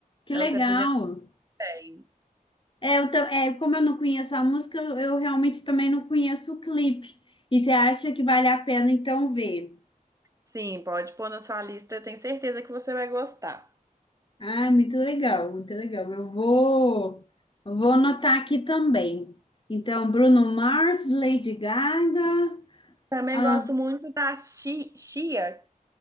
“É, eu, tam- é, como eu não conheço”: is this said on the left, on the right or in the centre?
Left